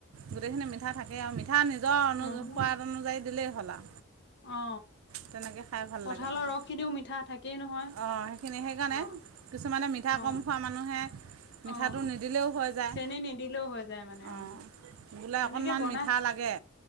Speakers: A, on the right; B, on the left.
A: গোটেইখিনি মিঠা থাকেই আৰু মিঠা নিজৰ অনু
B: অ',
A: সোৱাদ অনুযায়ী দিলেই হ'ল আ
B: অ।
A: তেনেকে খাই ভাল
B: কঁঠালৰ
A: লাগে মানে
B: ৰসখিনিও মিঠা থাকেই নহয়।
A: অঁ সেইখিনি সেইকাৰণে
B: অ',
A: কিছুমানে মিঠা
B: অ',
A: কম খোৱা।, মানুহে
B: অ',
A: মিঠাটো নিদিলেও হৈ যায়
B: চেনি নিদিলেও হৈ যায় মানে
A: অঁ।
B: উম,
A: বোলে
B: তেনেকে
A: অকণমান
B: বনাই
A: মিঠা লাগে